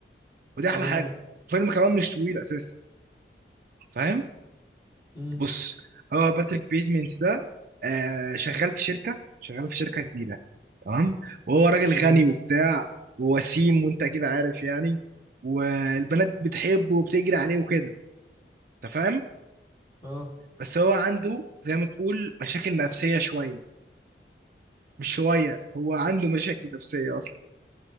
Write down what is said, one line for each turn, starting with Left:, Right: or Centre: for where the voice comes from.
Right: ودي احلى
Left: تمام
Right: حاجه الفيلم كمان مش طويل اساسا فاهم
Left: امم
Right: بص هو باتريك بيتمنت ده آه شغال في شركه شغال في شركه كبيره تمام وهو راجل
Left: تمام
Right: غني وبتاع ووسيم وانت كده عارف يعني والبنات بتحبه وبتجري عليه وكده انت فاهم
Left: اه
Right: بس هو عنده زي ما تقول مشاكل نفسيه شويه مش شوية هو عنده مشاكل نفسية أصلا